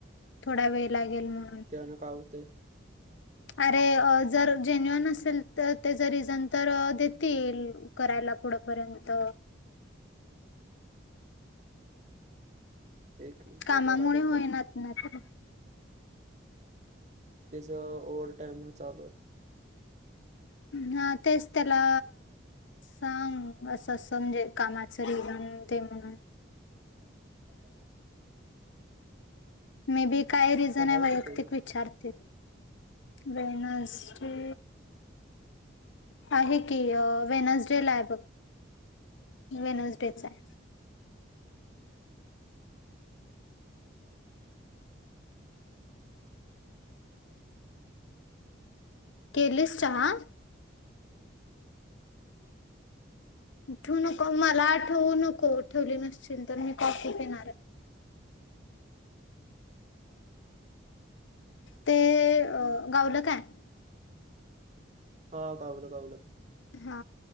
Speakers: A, on the left (about 70°); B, on the right (about 35°).
A: थोडा वेळ लागेल म
B: तेनं काय होते?
A: अरे जर अ जेन्युअन असेल तर त्याच रिझन तर देतील करायला पुढपर्यंत.
B: एक मिनिट
A: कामामुळे
B: बघायला येतो
A: होय ना त न तेल.
B: त्याचं ओव्हर टाइम अ चालूय.
A: हा तेच त्याला सांग अस अस म्हणजे कामाचं दे म्हणून.
B: <unintelligible>
A: मे बी काय रिझन
B: कुठं
A: आहे
B: हाय
A: वैयक्तिक
B: कुठं ह्यो?
A: विचारतील. वेनस डे आहे की वेनसडे ला आहे बघ, वेनसडेच आहे. केलीस चहा? उ ठेऊ नको मला ठेवू नको ठेवली नसतील तर, मी कॉफी पिणार आहे. ते अ गावलं काय?
B: हा गावल गावलं.
A: हा